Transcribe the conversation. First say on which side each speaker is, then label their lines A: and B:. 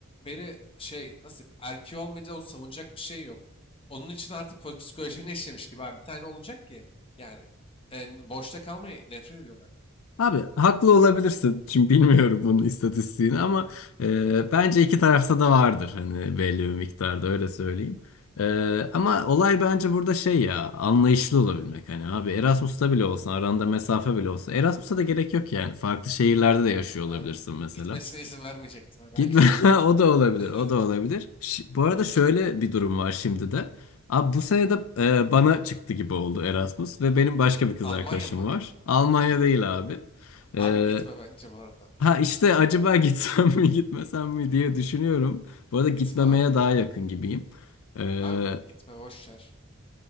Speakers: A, on the left (about 25°); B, on the left (about 75°).
A: beri şey nasıl diyeyim, erkeği olmayınca onu savunacak bir şey yok. Onun için artık po- psikolojilerine <laughs> işlemiş gibi abi. Bir tane olacak ki yani e, boşta kalmayı nefret ediyorlar.
B: Abi haklı olabilirsin. Şimdi bilmiyorum bunun istatistiğini ama e, bence iki tarafta da vardır hani belli bir miktarda öyle söyleyeyim. E, ama olay bence burada şey ya anlayışlı olabilmek hani abi Erasmus'ta bile olsa aranda mesafe bile olsa Erasmus'a da gerek yok yani farklı şehirlerde de yaşıyor
A: Abi
B: olabilirsin mesela.
A: gitmesine izin vermeyecektin. ha. Belki
B: Gitme.
A: şu an karında.
B: <laughs> O da olabilir.
A: <laughs>
B: O da olabilir. Ş- bu arada şöyle bir durum var şimdi de. Abi bu sene de e, bana çıktı gibi oldu Erasmus ve benim başka bir kız
A: Almanya
B: arkadaşım
A: mı?
B: var. Almanya değil abi. E,
A: Abi gitme bence bu arada.
B: ha işte acaba gitsem mi <laughs> gitmesem mi diye düşünüyorum. Bu arada gitmemeye
A: Gitme abi.
B: daha yakın gibiyim. E,
A: Abi gitme boş ver.